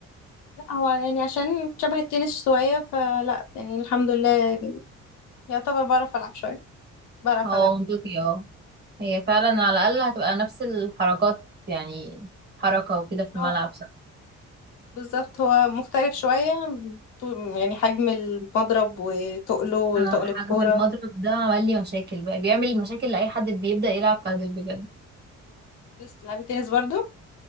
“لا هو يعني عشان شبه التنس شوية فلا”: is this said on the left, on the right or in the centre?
Left